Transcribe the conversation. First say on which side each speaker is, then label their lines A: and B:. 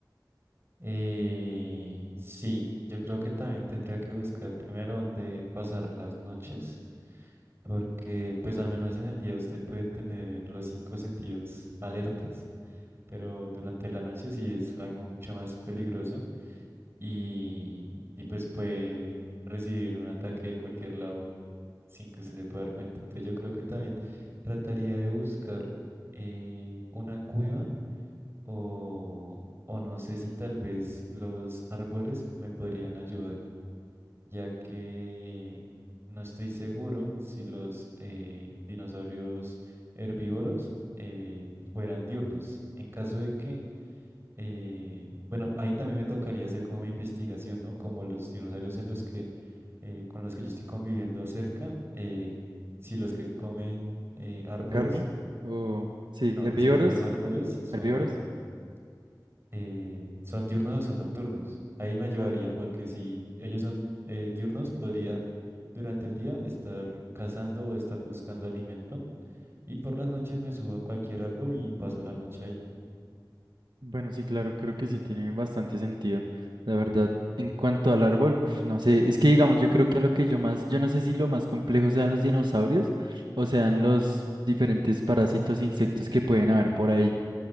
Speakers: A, on the right; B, on the right.
A: Eh, sí, yo creo que también tendría que buscar primero dónde pasar las noches, porque pues al menos en el día usted puede tener los cinco sentidos alertas, pero durante la noche sí es algo mucho más peligroso y, y pues puede recibir un ataque de cualquier lado sin que usted se pueda dar cuenta. Entonces yo creo que también trataría de buscar eh, una cueva o, o no sé si tal vez los árboles me podrían ayudar, ya que no estoy seguro si los eh, dinosaurios herbívoros eh, fueran diurnos. En caso de que, eh, bueno, ahí también me tocaría hacer como mi investigación, ¿no? Como los dinosaurios en los que, eh, con los que yo estoy conviviendo cerca, eh, si los que comen eh, árboles,
B: ¿Carne? O sí,
A: no,
B: herbívoros,
A: los que comen árboles son
B: herbívoros.
A: eh, ¿son diurnos o son nocturnos? Ahí me ayudaría
B: Ah,
A: porque si ellos son eh, diurnos, podría durante el día estar cazando o estar buscando alimento y por las noches me subo a cualquier árbol y paso la noche ahí.
B: bueno, sí, claro, creo que sí tiene bastante sentido. La verdad, en cuanto al árbol, uf, no sé, es que digamos, yo creo que a lo que yo más, yo no sé si lo más complejo sean los dinosaurios o sean los diferentes parásitos, e insectos que pueden haber por ahí.